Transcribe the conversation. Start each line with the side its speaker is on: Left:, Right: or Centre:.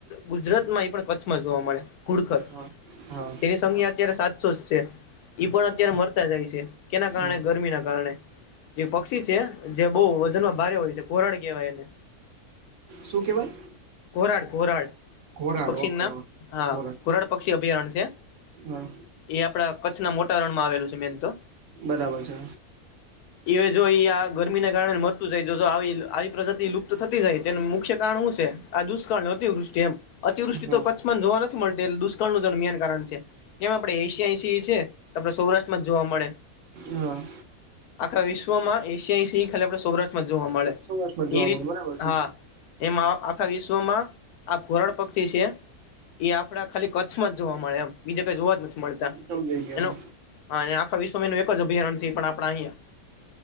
Left: ગુજરાત માં પણ જોવા મળેુડ
Right: હા
Left: તેની સંખ્યા અત્યારે સાતસો છે. ઈ પણ અત્યારે મરતા જાય છે કેના કારણે
Right: હા હા
Left: ગરમી ના કારણે જે પક્ષી છે. જે બહુ વજનમાં ભારે હોય છે કોરાડ કેહેવાય એને
Right: શું કેવાય.
Left: કોરાડ કોરાડ
Right: ઘોરાડ
Left: એ પક્ષીનું
Right: ઓકે
Left: નામ
Right: હા ઘોરાડ
Left: કુરાડ પક્ષી અભયારણ છે.
Right: હા
Left: એ આપડા કચ્છના મોટા રણમાં આવેલું છે મેઈન તો
Right: બરાબર છે.
Left: એવે જો એ આ ગરમીને કારણે મળરતું જાય જો જો આવી આવી પ્રજાતિ લુપ્ત થતી જાય તેનું મુખ્ય કારણ શું છે આ દુષ્કળ અતિવૃષ્ટિ એમ અતિવૃષ્ટિ
Right: હા
Left: તો કચ્છ જોવા નથી મળતું દુષ્કાળ નું મેન કારણ છે એમ આપણે એશિયા એશ છે આપડણે સૌરાષ્ટ્ર માં જ જોવા મળે
Right: હા.
Left: આખા વિશ્વમાં એશિયા સિંહ ખાલી આપણા સૌરાષ્ટ્રમાં જોવા મળે
Right: સૌરાષ્ટ્રમાં જોવા
Left: એ રીત
Right: મળે બરાબર છે
Left: હા એમાં આખા વિશ્વમાં આ ઘોરડ પક્ષી છે. એ આપડા ખાલી કચ્છમાં જ જોવા મળે એમ બીજા કઈ જોવા જ નથી મળતા
Right: સમજાઈ ગયો.
Left: એનો હા આખા વિશ્વમાં એનું એક જ અભયારણ્ય છે પણ આપણે અહીંયા